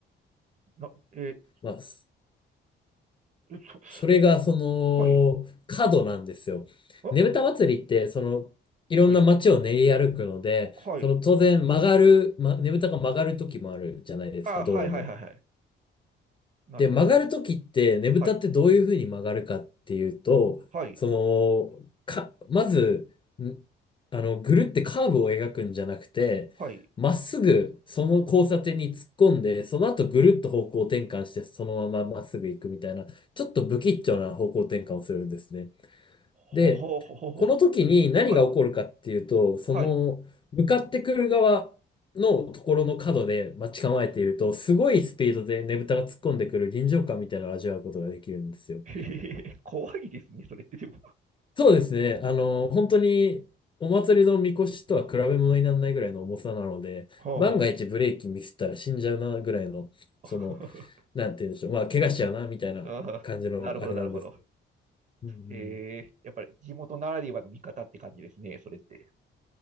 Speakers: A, on the right; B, on the left.
A: な、え
B: まあ、そ
A: ー、え、そ、
B: それがその、
A: え、はい、
B: 角なんですよ。
A: あ、
B: ねぶた祭りって、その、いろんな街を練り歩くので、
A: はい、は、はい。
B: その当然曲がる、ま、ねぶたが曲がる時もあるじゃないですか、
A: あ、
B: 道路の。
A: はい、はい、はい、はい。なるほど、
B: で、曲がるときって、
A: なる
B: ねぶたってどういうふうに曲がるかっていうと、
A: ほど。はい、はい、
B: その、か、まず、んあの、ぐるってカーブを描くんじゃなくて、
A: はい。
B: まっすぐその交差点に突っ込んで、その後ぐるっと方向転換して、そのまままっすぐ行くみたいな、ちょっと不吉祥な方向転換をするんですね。
A: ほほほほほほ。
B: で、この時に何が起こるかっていうと、
A: はい、
B: その、
A: はい。
B: 向かってくる側のところの角で待ち構えていると、すごいスピードでねぶたが突っ込んでくる臨場感みたいなのを味わうことができるんですよ。
A: <laughs> へへへ、怖いですね、それってでも。
B: そうですね。あの、本当に、お祭りのみこしとは比べ物にならないぐらいの重さなので、
A: は
B: 万が一ブレーキミスったら死んじゃうなぐらいの、
A: あは
B: その、なんて言うんでしょう。まあ、怪我しちゃうなみたいな感じのあれなんです。
A: あ。<laughs> ああ、なるほど、なるほど。
B: うんうん、
A: へえ、やっぱり地元ならではの見方って感じですね、それって。